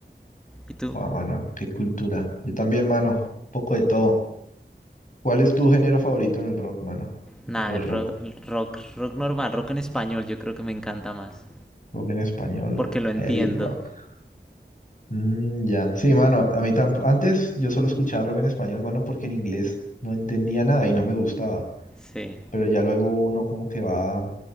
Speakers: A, in the centre; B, on the left.
A: ¿Y tú?
B: Guau, mano, qué cultura. Yo también, mano, un poco de todo. ¿Cuál es tu género favorito en el rock, mano? Hablando
A: Nada,
B: De rock.
A: ro- rock, rock normal, rock en español, yo creo que me encanta más.
B: Rock en español,
A: Porque lo entiendo.
B: heavy rock. Mm, ya. Sí, mano, a mí tampoco. Antes yo solo escuchaba rock en español, mano, porque en inglés no entendía nada y no me gustaba.
A: Sí.
B: pero ya luego uno como que va